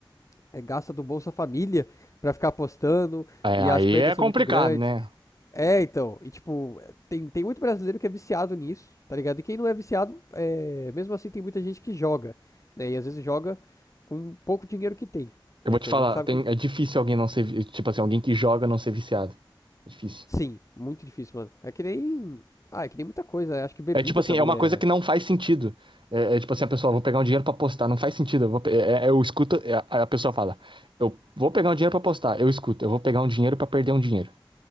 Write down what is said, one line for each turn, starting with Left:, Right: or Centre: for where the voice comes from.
Left: é, gasta do Bolsa Família para ficar apostando
Right: É,
Left: e
Right: aí
Left: as perdas
Right: é complicado,
Left: são muito grandes.
Right: né?
Left: É, então, e tipo, tem, tem muito brasileiro que é viciado nisso, tá ligado? E quem não é viciado, é, mesmo assim tem muita gente que joga, né? E às vezes joga com pouco dinheiro que tem,
Right: Eu
Left: né?
Right: vou
Left: Porque
Right: te falar,
Left: a gente sabe
Right: tem-
Left: que.
Right: é difícil alguém não ser, vi- tipo assim, alguém que joga não ser viciado. É difícil.
Left: Sim, muito difícil, mano. É que nem. Ah, é que nem muita coisa. né? Acho que bebida
Right: É tipo assim,
Left: também
Right: é uma
Left: é.
Right: coisa que não faz
Left: Assim.
Right: sentido. É, é tipo assim, a pessoa, vou pegar um dinheiro pra apostar, não faz sentido. Eu, vou pe- é- é- eu escuto, é, a a pessoa fala, eu vou pegar um dinheiro pra apostar, eu escuto, eu vou pegar um dinheiro pra perder um dinheiro.